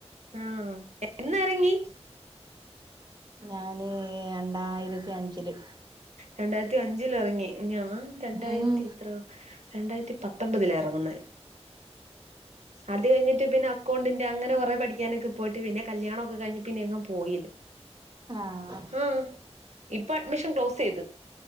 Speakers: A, on the right; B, on the right.
A: ആഹ് എന്നിറങ്ങി
B: ഞാന് രണ്ടായിരത്തി അഞ്ചില്
A: രണ്ടായിരത്തി അഞ്ചിലിറങ്ങി ഞാൻ
B: ഉം
A: രണ്ടായിരത്തി എത്ര രണ്ടായിരത്തി പത്തൊമ്പതില ഇറങ്ങുന്നെ അത് കഴിഞ്ഞിട്ട് പിന്നെ അക്കൗണ്ടിന്റെ അങ്ങനെ കുറെ പഠിക്കാനൊക്കെ പോയിട്ട് പിന്നെ കല്യാണം ഒക്കെ കഴിഞ്ഞ പിന്നെ അങ്ങ് പോയില്ല
B: ആഹ്
A: ആഹ് ഇപ്പൊ അഡ്മിഷൻ ക്ലോസ് ചെയ്ത്